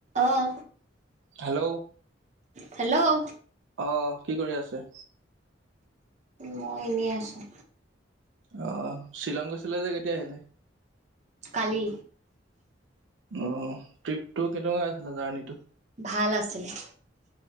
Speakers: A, on the right; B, on the right.
A: অহ
B: হেল্ল'
A: হেল্ল'
B: অ কি কৰি আছে?
A: মই এনেই আছোঁ
B: অ শ্বিলং গৈছিলা যে কেতিয়া আহিলে?
A: কালি
B: অ ট্ৰিপটো কেনেকুৱা আছিলে জাৰ্ণিটো
A: ভাল আছিলে